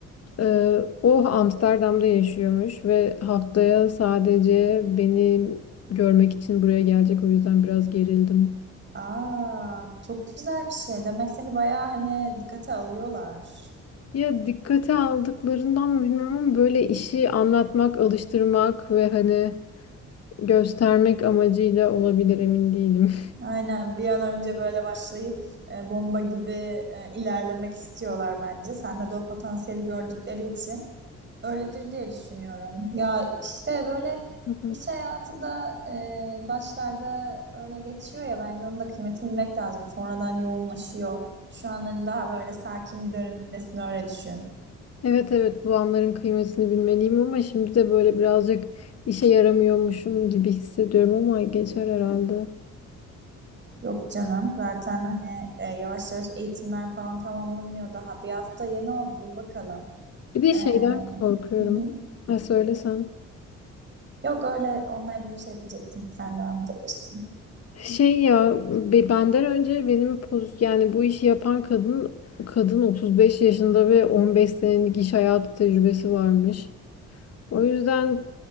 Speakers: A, on the left; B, on the right.
A: Ee, o Amsterdam'da yaşıyormuş ve haftaya sadece beni görmek için buraya gelecek o yüzden biraz gerildim.
B: Aa, çok güzel bir şey. Demek seni bayağı hani dikkate alıyorlar.
A: Ya dikkate aldıklarından mı bilmiyorum ama böyle işi anlatmak, alıştırmak ve hani göstermek amacıyla olabilir emin değilim.
B: Aynen bir an önce böyle başlayıp e, bomba gibi e, ilerlemek istiyorlar bence. Sende de o potansiyeli gördükleri için. Öyledir diye düşünüyorum. Ya işte böyle
A: Hı hı.
B: iş hayatı da e, başlarda öyle geçiyor ya bence onun da kıymetini bilmek lazım. Sonradan yoğunlaşıyor. Şu an hani daha böyle sakin bir dönemindesin öyle düşün.
A: Evet evet bu anların kıymetini bilmeliyim ama şimdi de böyle birazcık işe yaramıyormuşum gibi hissediyorum ama geçer herhalde.
B: Yok canım zaten hani e, yavaş yavaş eğitimler falan tamamlanıyor daha bir hafta yeni oldu dur bakalım.
A: Bir de
B: E,
A: şeyden korkuyorum.
B: hı hı.
A: Ha söylesem.
B: Yok öyle onunla ilgili bir şey diyecektim sen devam edebilirsin.
A: Şey ya be- benden önce benim poz yani bu işi yapan kadın kadın 35 yaşında ve 15 senelik iş hayatı tecrübesi varmış. O yüzden